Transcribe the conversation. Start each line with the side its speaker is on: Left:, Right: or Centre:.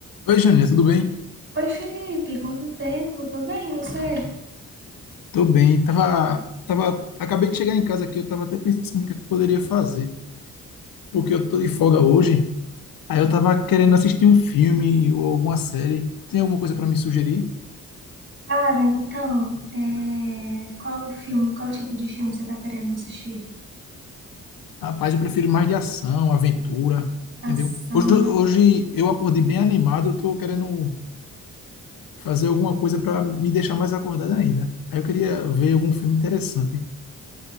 Left: Oi, Jânia, tudo bem?
Right: Oi, Felipe, quanto tempo? Tô bem, e você?
Left: Tô bem. Tava, tava, acabei de chegar em casa aqui, eu tava até pensando o que eu poderia fazer, porque eu tô de folga hoje, aí eu tava querendo assistir um filme ou alguma série. Tem alguma coisa para me sugerir?
Right: Cara, então, é, qual filme, qual tipo de filme você tá querendo assistir?
Left: Rapaz, eu prefiro mais de ação, aventura,
Right: Ação,
Left: entendeu? Hoje, hoje
Right: é...
Left: eu acordei bem animado, eu tô querendo fazer alguma coisa para me deixar mais acordado ainda. Aí eu queria ver algum filme interessante.